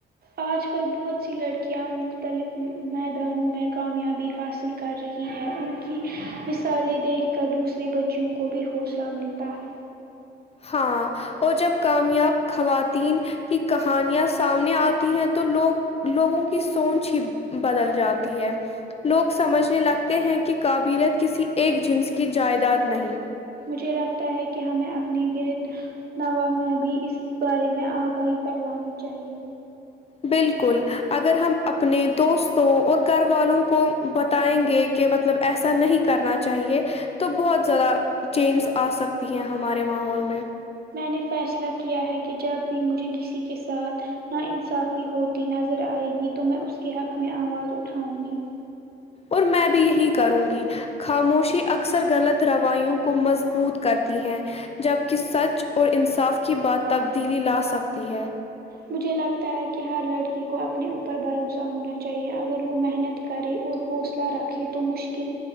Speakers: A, on the right; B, on the left.
A: آج کل بہت سی لڑکیاں مختلف میدانوں میں کامیابی حاصل کر رہی ہیں ان کی مثالیں دیکھ کر دوسرے بچیوں کو بھی حوصلہ ملتا ہے
B: ہاں اور جب کامیاب خواتین کی کہانیاں سامنے آتی ہیں تو لوگ لوگوں کی سوچ ہی بدل جاتی ہے لوگ سمجھنے لگتے ہیں کہ قابلیت کسی ایک جنس کی جائیداد نہیں
A: مجھے لگتا ہے کہ ہمیں اپنے گرد نوا میں بھی اس بارے میں آگاہی پھیلانی چاہیے
B: بالکل اگر ہم اپنے دوستوں اور گھر والوں کو بتائیں گے کہ مطلب ایسا نہیں کرنا چاہیے تو بہ <inaudible> زیادہ چینج آ سکتی ہیں ہمارے ماحول میں
A: میں نے فیصلہ کیا ہے کہ جب بھی مجھے کسی کے ساتھ ناانصافی ہوتی نظر آئے گی تو میں اس کے حق میں آواز اٹھاؤں گی <unintelligible>
B: اور میں بھی یہی کروں گی خاموشی اکثر غلط روایوں کو مضبوط کرتی ہیں جبک سچ اور انصاف کی بات تبدیلی لا سکتی ہے <unintelligible>
A: مجھے لگتا ہے کہ ہر لڑکی کو اپنے اوپر بھروسہ ہونا چاہیے اگر وہ محنت کرے اور حوصلہ رکھے تو مشکل